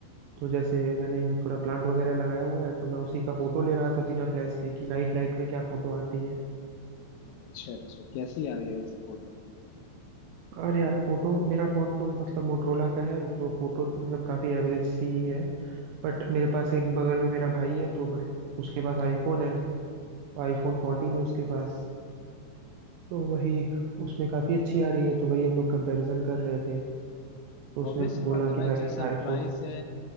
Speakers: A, on the right (about 80°); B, on the left (about 85°).
A: तो जैसे मैंने थोड़ा प्लांट वगैरह लगाया हुआ है तो मैं उसी का फोटो ले रहा था बिना फ्लैश के कि नाइट लाइट में क्या फोटो आती है
B: अच्छा अच्छा कैसी आ रही है वैसे फोटो
A: और यार फोटो मेरा फोन तो मतलब मोटरोला का है तो फोटो तो मतलब काफी एवरेज सी ही है बट मेरे पास एक बगल में मेरा भाई है तो मतलब उसके पास आईफोन है तो आईफोन फोर्टीन है उसके पास तो वही उसमें काफी अच्छी आ रही है तो वही हम लोग कंपैरिजन कर रहे थे तो उसने
B: ऑब्वियस सी
A: बोला
B: बात है
A: कि
B: भाई
A: भाई
B: जैसा
A: आईफोन
B: प्राइस है